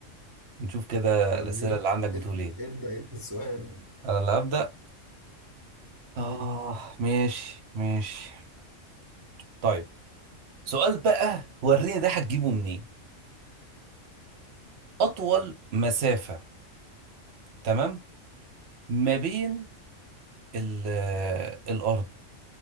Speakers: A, on the right; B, on the right.
A: نشوف كده
B: وريني
A: الأسئلة اللي عندك بتقول
B: اب-
A: ايه
B: ابدأ انت السؤال
A: انا اللي هبدأ
B: مم.
A: اه ماشي ماشي طيب سؤال بقى وريني ده هتجيبه منين أطول مسافة تمام ما بين ال- الأرض